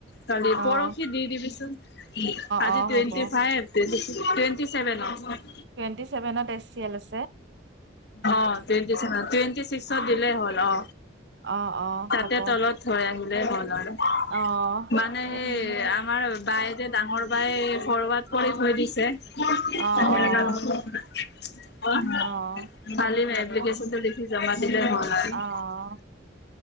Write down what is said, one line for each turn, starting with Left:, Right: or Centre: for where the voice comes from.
Left: তি
Right: অ',
Left: পৰহশী দি দিবিচোন আজি
Right: অ',
Left: টুৱেণ্টি
Right: হ'ব
Left: ফাইভ টুৱেণ্টি চেভেনত অ।
Right: টুৱেণ্টি ছেভেনত এছ চি এল আছে?
Left: অ টুৱেটি চেভেন টুৱেণ্টি ছিক্সত দিলেই হ'ল অ।
Right: অ', অ',
Left: তাতে
Right: হ'ব
Left: তলত থৈ আহিলে হল আৰু
Right: অ',
Left: মানে
Right: আহিম
Left: আমাৰ বাই যে ডাঙৰ বাই ফৰৱাৰ্ড কৰি থৈ দিছে <unintelligible>
Right: অ', অ', অ',
Left: খালি
Right: হ'ব
Left: এপ্লিকেশনটো লেখি জমা দিলে হ'ল আৰু।
Right: অ',
Left: <inaudible>